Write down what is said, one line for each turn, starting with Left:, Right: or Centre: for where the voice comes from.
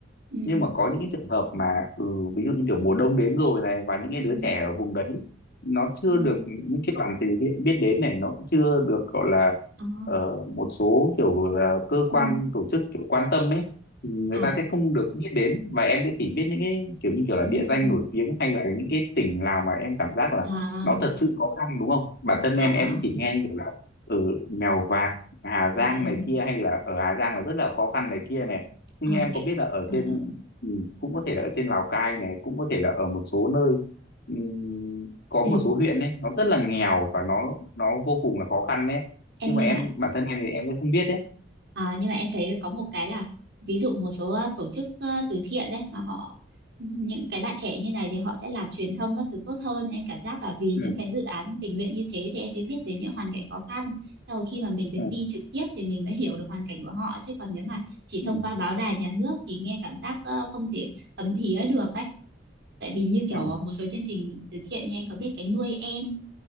Right: ừ
Left: nhưng mà có những cái trường hợp mà ừ, ví dụ như kiểu mùa đông đến rồi này và những cái
Right: ừ
Left: đứa trẻ ở vùng đấy nó chưa
Right: ừ
Left: được những cái đoàn từ thiện biết đến này nó cũng chưa được gọi là
Right: ờ
Left: ờ, một số kiểu là cơ quan
Right: ừ
Left: tổ chức kiểu quan tâm ấy thì người
Right: à
Left: ta sẽ không được biết đến và em sẽ chỉ biết những cái kiểu như kiểu
Right: ừ
Left: là địa
Right: ừ
Left: danh nổi tiếng hay là những cái tỉnh nào mà em cảm giác là
Right: à
Left: nó thật sự khó khăn đúng không bản thân
Right: à
Left: em
Right: à
Left: em cũng chỉ nghe như kiểu là ở Mèo Vạc Hà
Right: ừ
Left: Giang
Right: ừ
Left: này kia hay là ở Hà Giang là rất là khó khăn này kia này nhưng
Right: ờ,
Left: em
Right: ok
Left: có biết là ở
Right: ừ
Left: trên
Right: ừ
Left: Ừ, cũng có thể là ở trên Lào Cai này cũng có thể là ở một số nơi ừm, có
Right: ừ.
Left: một số huyện ấy nó rất là nghèo và nó nó vô cùng là khó khăn đấy
Right: em
Left: nhưng
Right: nhưng
Left: mà em
Right: mà
Left: bản thân em thì em cũng không biết đấy
Right: À, nhưng mà em thấy có một cái là ví dụ một số ờ, tổ chức ờ, từ thiện đấy mà họ những cái bạn trẻ như này thì họ sẽ làm truyền thông các thứ tốt hơn em cảm giác là vì
Left: ừ,
Right: những cái dự án tình nguyện như thế thì em mới biết đến những hoàn cảnh khó khăn sau rồi khi mà mình được
Left: ừ,
Right: đi trực tiếp thì mình mới hiểu được hoàn cảnh của họ chứ còn nếu mà chỉ
Left: ừ,
Right: thông qua báo đài nhà nước thì nghe cảm giác ờ, không thể thấm thía được ấy tại vì như kiểu
Left: ừ.
Right: ờ, một số chương trình từ thiện như anh có biết cái nuôi em